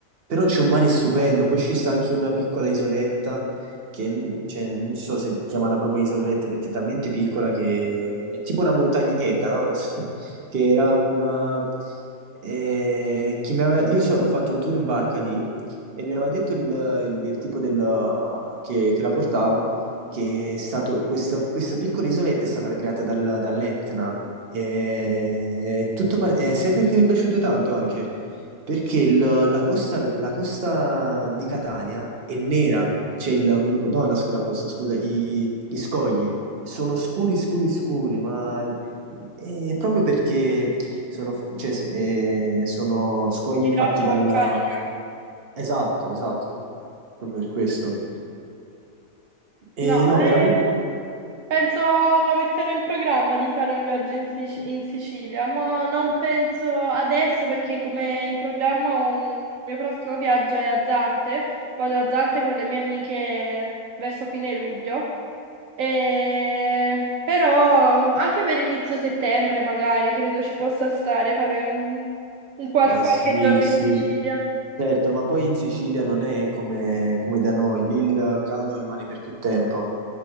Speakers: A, on the right; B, on the right.
A: però c'è un mare stupendo, poi ci sta anche una piccola isoletta che n- cioè, non so se chiamarla proprio isoletta perché è talmente piccola che è tipo una montagnetta, no? <laughs> che era un... eh, che mi aveva- io so- ho fatto un tour in barca lì e mi aveva detto il, il- il tipo del- che, che la portava che è stato, questa, questa piccola isoletta è stata creata dal- dall'Etna. E tutto par- eh, sai perché mi è piaciuto tanto anche? Perché il- la costa, la costa di Catania è nera, c'è il, come- no, la, la costa, scusa, i, i scogli sono scuri, scuri, scuri, ma e proprio perché sono, cioè, s- eh, sono scogli
B: di
A: fatti
B: roccia
A: dal...
B: vulcanica.
A: Esatto, esatto, proprio per questo. E
B: No, eh,
A: no, veramente?
B: Penso lo metterò in programma di fare un viaggio in, Sic- in Sicilia, ma non penso adesso perché come in programma ho un il mio prossimo viaggio è a Zante, vado a Zante con le mie amiche verso fine luglio, e... però anche per inizio settembre magari credo ci possa stare fare un, un qual-
A: Ma
B: qualche
A: sì,
B: giorno
A: sì,
B: in Sicilia.
A: certo, ma poi in Sicilia non è come, come da noi, lì il caldo rimane per più tempo.